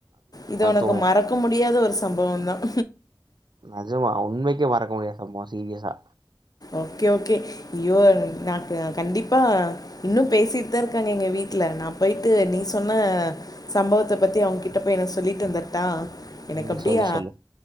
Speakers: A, on the left (about 55°); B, on the right (about 70°).
A: இது உனக்கு
B: தோணும்.
A: மறக்க முடியாத ஒரு சம்பவம் தான்
B: நெஜமா உண்மைக்கும் மறக்க முடியாத சம்பவம் சீரியஸா
A: ஓகே ஓகே ஐயோ நாக்கு கண்டிப்பா இன்னும் பேசிட்டு தான் இருக்காங்க எங்க வீட்டுல நா போயிட்டு நீ சொன்ன சம்பவத்த பத்தி அவங்ககிட்ட போய் நா சொல்லிட்டு வந்திரட்டா எனக்கு
B: ம்.
A: அப்படியே
B: சொல்லு, சொல்லு.